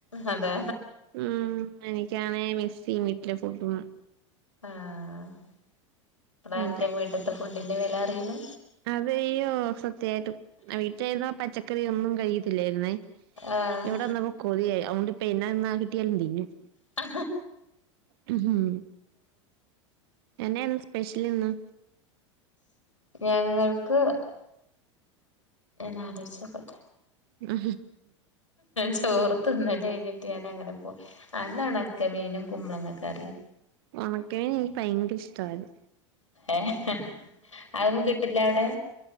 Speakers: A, on the left; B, on the right.
A: അതെ
B: ഉം എനി ക്കാണേ മിസ്സെയ്യും വീട്ടിലെ ഫുഡും
A: ആഹ് ഇപ്പളാ
B: അതെ
A: അന്റെ വീട്ട്ത്തെ ഫുഡിന്റെ വെല അറിണെ
B: അതെ യ്യോ സത്യായിട്ടും വീട്ടിലായിരുന്നപ്പ പച്ചക്കറിയൊന്നും കഴികത്തില്ലായിര്ന്നേ
A: ആഹ്
B: ഇവിടെ വന്നപ്പോ കൊതിയായി അവോണ്ട് ഇപ്പ എന്നാ തിന്നാ കിട്ടിയാലും തിന്നും
A: ആ
B: ഹ് ഹും എന്തേ ന്ന് സ്പെഷ്യൽ ഇന്ന്?
A: ഞങ്ങൾക്ക് <unintelligible>
B: ആ
A: ചോറ് തിന്നല് ഴ്ഞ്ഞിട്ട് ഞാൻ അങ്ങട്ട് പോയി അന്ന് ഒണക്ക മീനും കുമ്പളങ്ങ കറി.
B: ഒണക്കലീൻ എനിക്ക് ഭയങ്കര ഇഷ്ടയിരുന്നു.
A: ഏഹ് അതൊന്നും കിട്ട്ല്ല അവടെ?